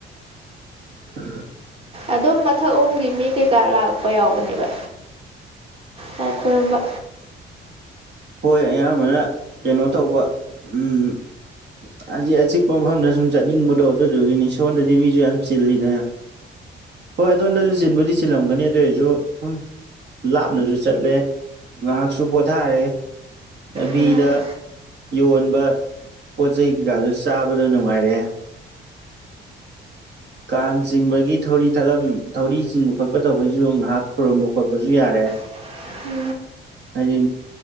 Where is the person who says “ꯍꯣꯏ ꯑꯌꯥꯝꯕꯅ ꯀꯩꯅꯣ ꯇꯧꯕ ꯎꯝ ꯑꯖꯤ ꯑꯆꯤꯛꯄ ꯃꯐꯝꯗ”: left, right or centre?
Right